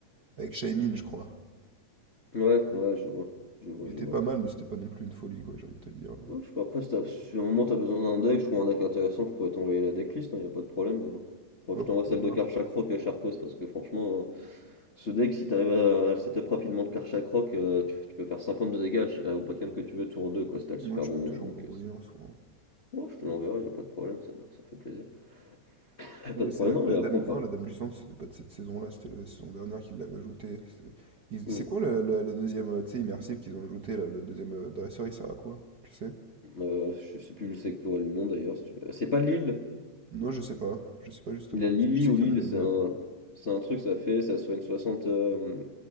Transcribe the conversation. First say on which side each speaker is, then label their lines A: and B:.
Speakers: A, on the right; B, on the left.
A: avec Shaymin, je crois.
B: Ouais, ouais, je vois, je vois,
A: Il
B: je
A: était
B: vois.
A: pas mal, mais c'était pas non plus une folie, quoi, j'ai envie de te dire.
B: Ouais, je sais pas, après, si, t'as- si à un moment t'as besoin d'un deck, je trouve un deck intéressant, je pourrais t'envoyer la decklist, hein, y a pas de problème. hein. Faudra
A: Ouais,
B: que je
A: pourquoi
B: t'envoie celle
A: pas.
B: de Karchak Rock à Charcos, parce que franchement, hein, ce deck, si t'arrives à à setup rapidement de Karchak Rock, euh, tu, tu peux faire 50 de dégâts euh, au Pokémon que tu veux, tour 2 quoi, si t'as le super
A: Moi, tu
B: bonbon.
A: peux toujours
B: Donc,
A: me l'envoyer
B: euh,
A: en soi. hein.
B: ouais, je te l'enverrai, y a pas de problème, ça, ça fait plaisir. <laughs> pas de
A: Non, mais
B: problème,
A: c'est la,
B: non,
A: la
B: mais après,
A: dame.
B: on pourra-
A: Non, la dame du centre, c'était pas de cette saison-là, c'était la saison dernière qu'ils l'avaient ajouté. C'est ils-
B: Hmm.
A: c'est quoi la, la- la deuxième, euh, tu sais, immersive qu'ils ont ajouté, là, le deuxième euh, dresseur, il sert à quoi? Tu sais?
B: Euh, je sais plus le- c'est quoi le nom d'ailleurs. si tu veux. C'est pas l'île
A: Non, je sais pas. Je sais pas justement.
B: La Lily
A: Parce que je sais
B: ou
A: qu'il
B: Lille,
A: y en avait
B: c'est
A: deux.
B: un, c'est un truc, ça fait, ça soigne 60, euh,